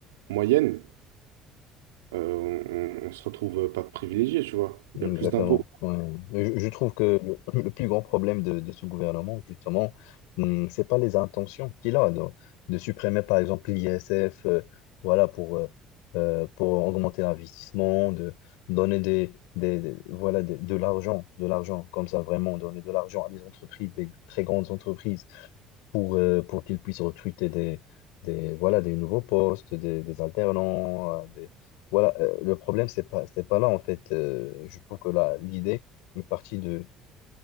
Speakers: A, on the right (about 85°); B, on the left (about 75°).
A: moyenne, euh, on, on- on se retrouve pas privilégiés, tu vois.
B: Exactement.
A: Il y a plus d'impôts.
B: ouais. Je, je trouve que le, le plus grand problème de, de ce gouvernement, justement, hum, c'est pas les intentions qu'il a de, de supprimer, par exemple, l'ISF, euh, voilà, pour, euh, euh, pour augmenter l'investissement, de donner des, des, des- voilà, des- de l'argent, de l'argent, comme ça, vraiment, donner de l'argent à des entreprises, des très grandes entreprises pour, euh, pour qu'ils puissent recruter des, des, voilà, des nouveaux postes, des, des alternants, euh, des, voilà, euh, le problème, c'est pas, c'est pas là, en fait. Euh, je trouve que là, l'idée est partie de,